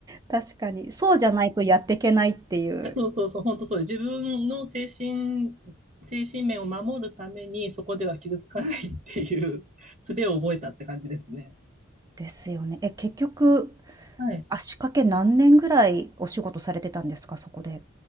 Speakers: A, on the right; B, on the right.
A: 確かに、そうじゃないとやっていけないっていう。
B: いや、そうそうそう、本当そう。自分の精神、精神面を守るためにそこでは傷つかないっていう <laughs> 術を覚えたって感じですね。
A: ですよね。え、結局、
B: はい。
A: 足掛け何年ぐらいお仕事されてたんですか？そこで。